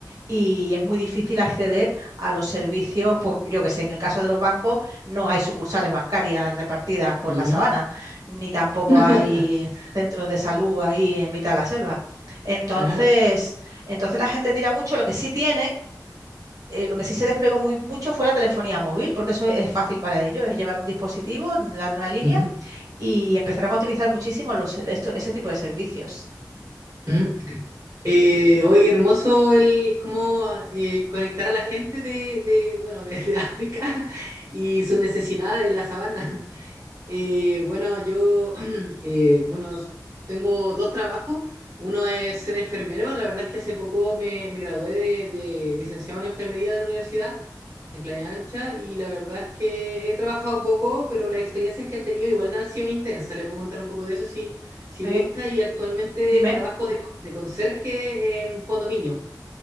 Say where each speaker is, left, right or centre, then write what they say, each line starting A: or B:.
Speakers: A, on the right (about 55°); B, on the right (about 40°).
A: y es muy difícil acceder a los servicios, pues yo que sé, en el caso de los bancos no hay sucursales bancarias repartidas por
B: ujú.
A: la sabana, ni tampoco
B: <laughs>
A: hay centros de salud ahí en mitad de la selva. Entonces,
B: Ajá,
A: entonces la gente tira mucho, lo que sí tienen eh, lo que sí se desplegó muy mucho fue la telefonía móvil, porque eso es fácil para ellos, es llevar un dispositivo, dar una línea
B: ujú,
A: y empezarán a utilizar muchísimo los, esto, ese tipo de servicios.
B: ujú. Eh, oye, hermoso el cómo eh, conectar a la gente de, de, bueno, de, de África <laughs> y sus necesidades de la sabana. Eh, bueno, yo, <clears throat> eh, bueno, tengo dos trabajos. Uno es ser enfermero. La verdad es que hace poco me, me gradué de, de licenciado en enfermería de la universidad. de playa ancha y la verdad es que he trabajado poco, pero las experiencias que han tenido igual han sido intensas. Le puedo contar un poco de eso si, si
A: ¿Sí?
B: gusta y actualmente
A: Dime.
B: trabajo de, de conserje en condominio.